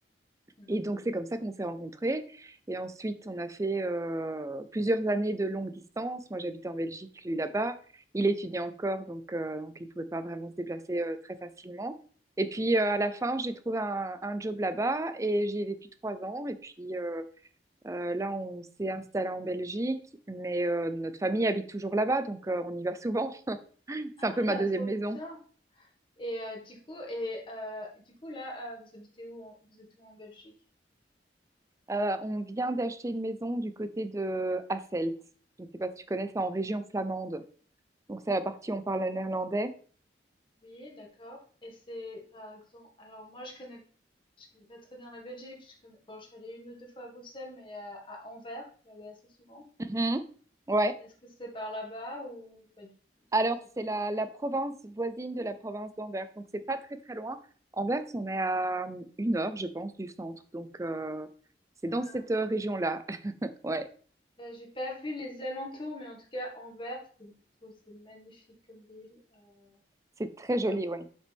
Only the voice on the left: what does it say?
Mhm.
Ah,
trop
bien. Et euh, du coup, et euh, du coup là, euh, vous habitez où en- Vous êtes où en Belgique?
Oui, d'accord. Et c'est par exemple. Alors moi, je connais, je connais pas très bien la Belgique. Je connais, bon, je suis allée une ou deux fois à Bruxelles, mais euh, à Anvers, je suis allée assez souvent.
Est-ce que c'est par là-bas ou pas du tout?
Je sais
plus.
Ah,
je-
ben, j'ai pas vu les alentours, mais en tout cas, Anvers, c'est, je trouve que c'est magnifique comme ville. Euh,
je
crois